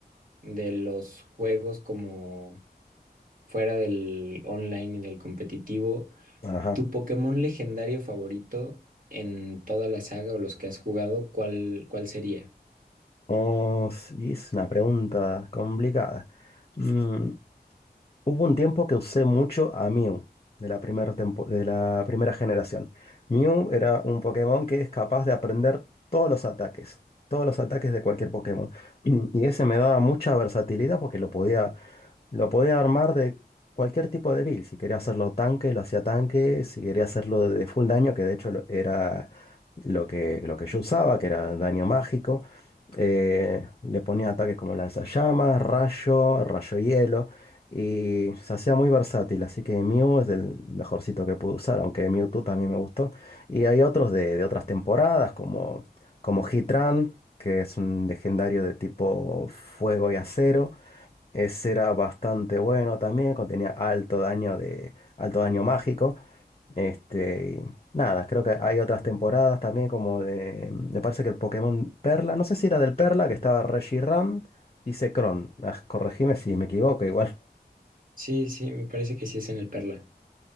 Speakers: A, on the right; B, on the left.
A: de los juegos como fuera del online y del competitivo.
B: Ajá.
A: ¿Tu Pokémon legendario favorito en toda la saga o los que has jugado, cuál, cuál sería?
B: Oh, sí, es una pregunta complicada. Mm, Hubo un tiempo que usé mucho a Mew de la primera tempo- de la primera generación. Mew era un Pokémon que es capaz de aprender todos los ataques, todos los ataques de cualquier Pokémon. Y y ese me daba mucha versatilidad porque lo podía lo podía armar de cualquier tipo de build. Si quería hacerlo tanque, lo hacía tanque. Si quería hacerlo de full daño, que de hecho lo- era lo que, lo que yo usaba, que era daño mágico. eh, le ponía ataques como lanzallamas, rayo, rayo hielo. Y se hacía muy versátil. Así que Mew es el mejorcito que pude usar, aunque Mewtwo también me gustó. Y hay otros de, de otras temporadas, como, como Heatran, que es un legendario de tipo fuego y acero ese era bastante bueno también, contenía alto daño de alto daño mágico. Este, y nada, creo que hay otras temporadas también como de me parece que el Pokémon Perla, no sé si era del Perla que estaba Reshiram y Zekrom. Ah, corregime si me equivoco, igual.
A: Sí, sí, me parece que sí es en el Perla.